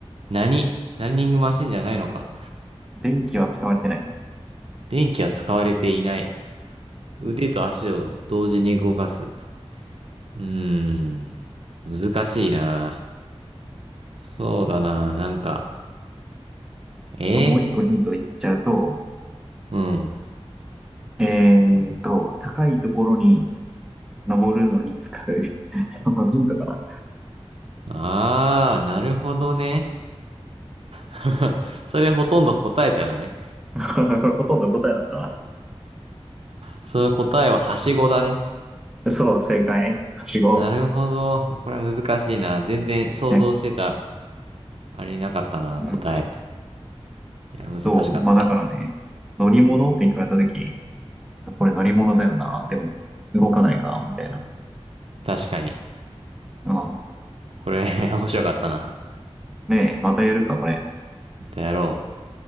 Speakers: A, on the right; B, in the centre.
A: 何ランニングマシンじゃないのか。
B: 電気は使われてない。
A: 電気は使われていない。腕と足を同時に動かす。
B: うん
A: うーん。難しいな。そうだな。なんか、え
B: もう一個ヒント言っちゃうと、
A: ー、うん。
B: えーと、高いところに登るのに使う。<laughs> これヒントか
A: あー、なるほどね。<laughs> それほとんど答えじゃない
B: な <laughs> これほとんど答えだったわ。
A: それ答えははしごだね。
B: そう、正解。はしご。
A: なるほど。これは難しいな。全然想像してた、
B: ね、
A: あれなかったな、
B: うん。
A: 答え。いや、難しかった。
B: そう、まあだからね、乗り物って聞かれたとき、これ乗り物だよな。でも、動かないか、みたいな。
A: 確かに。
B: うん。
A: これ、<laughs> 面白かったな。
B: ねえ、またやるか、これ。
A: またやろう。